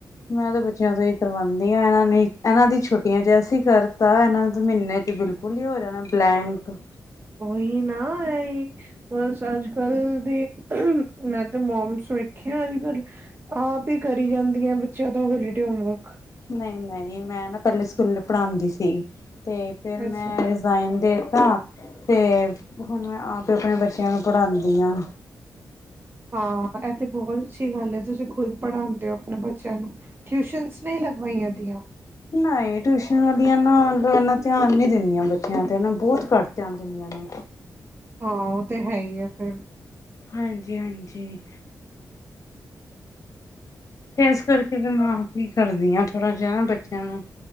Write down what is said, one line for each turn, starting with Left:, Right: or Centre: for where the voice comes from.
Left: ਮੈਂ ਤੇ ਬੱਚਿਆਂ ਤੋ ਈ ਕਰਵਾਂਦੀ ਆ, ਐਵੀ ਐਨਾ ਦੀ ਛੁੱਟ ਟਿਆ 'ਚ ਅਸੀਂ ਕਰਤਾ, ਐਨਾ ਨੇ ਤੇ ਮੀਨੇ 'ਚ ਬਿਲਕੁਲ ਈ ਹੋ ਜਨਾ, ਬਲੈਂਕ।
Right: ਉਹੀ ਨਾ, ਐ ਈ ਬਸ ਅੱਜ ਕੱਲ ਦੀ, ਮੈਂ ਤੇ ਮੋਮਸ ਵੇਖੀਆਂ ਅੱਜ ਕੱਲ ਆਪ ਈ ਕਰੀ ਯੰਦੀਆਂ, ਬੱਚਿਆਂ ਦਾ ਹੋਲੀਡੇ ਹੋਵਕ।
Left: ਨਈ-ਨਈ ਮੈਂ ਨਾ ਪੈਲੇ ਸਕੂਲੇ ਪੜ੍ਹਾਦੀ ਸੀ, ਤੇ ਫੇਰ ਮੈਂ
Right: ਅੱਛਾ।
Left: ਰ ਜਾਈਨ ਦੇਤਾ, ਤੇ ਹੁਣ ਮੈਂ ਆਪ ਈ ਆਪਣੇ ਬੱਚਿਆਂ ਨੂੰ ਪੜ੍ਹਾਦੀ ਆ।
Right: ਹਾਂ ਐ ਤੇ ਬਹੁਤ ਅੱਛੀ ਗੱਲ ਏ, ਤੁਸੀਂ ਖੁਦ ਪੜ੍ਹਾਦੇ ਓ ਆਪਣੇ ਬੱਚਿਆਂ ਨੂੰ। ਟਿਊਸ਼ਨਸ ਨਈ ਲਗਵਾਈਆਂ ਦੀਆਂ?
Left: ਨਈ ਟਿਊਸ਼ਨ ਵਲਿਆ ਨਾ ਅੰਦਰੋ ਏਨਾ ਧਿਆਨ ਨੀ ਦਿੰਦੀਆਂ ਬੱਚਿਆਂ ਤੇ ਨਾ, ਬੋਤ ਘੱਟ ਧਿਆਨ ਦਿੰਦੀਆਂ ਨੇ।
Right: ਹਾਂ, ਉ ਤੇ ਹੈ ਈ ਐ ਫੇਰ।
Left: ਹਾਂਜੀ-ਹਾਂਜੀ। ਤੇ ਐਸ ਕਰਕੇ ਫੇਰ ਮੈਂ ਆਪ ਹੀ ਕਰਦੀ ਆ, ਥੋੜਾ ਜਿਆ ਨਾ ਬੱਚਿਆਂ ਨੂੰ।